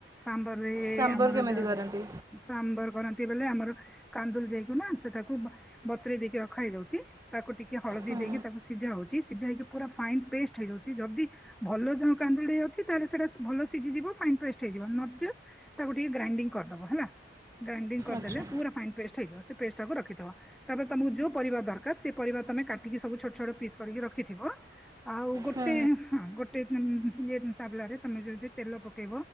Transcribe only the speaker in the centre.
ସାମ୍ବାରେଁ
<unintelligible>
<unintelligible> ସାମ୍ବର କରନ୍ତି। ସେଏ ବେଲେ ଆମର କାନ୍ଦୁଲ ଯାଇ କୁନା ସେଟାକୁ ବ ବତରେ ଦେଇକି ରଖା ହେଇଯାଉଚି ତାକୁ ଟିକେ ହଳଦୀ
ଦେଇକି ତାକୁ ସିଝା ହୋଉଚି ସିଝା ହେଇକି ପୁରା ଫାଇନ ପେଷ୍ଟ ହେଇଯାଉଚି ଯଦି ଭଲ କାନ୍ଦୁଲି ଆଛି ତାହେଲେ ସେଇଟା ଭଲ ସିଜିଯିବ ଫାଇନ୍ ପେଷ୍ଟ ହେଇଯିବ। ନଦେ ତାକୁ ଟିକେ ଗ୍ରାଇଣ୍ଡିଙ୍ଗ କରିଦବ ହେଲା। ଗ୍ରାଇଣ୍ଡଙ୍ଗ କରିଦେଲେ
ପୁରା ଫାଇନ୍ ପେଷ୍ଟ <unintelligible> ସେ ପେଷ୍ଟ ଟାକୁ ରଖିଥିବ ତାପରେ ତମକୁ ଯୋଉ ପରିବା ଦରକାର ସେ ପରିବା ତମେ କାଟିକି ସବୁ ଛୋଟ ଛୋଟ ପିସ୍ କରିକି ରଖିଥିବ ଆଉ ଗୋଟେ
ହଁ ଗୋଟେ <unintelligible> ତାବଲା ରେ ତମେ ଯୋଉଚି ତେଲ ପକେଇ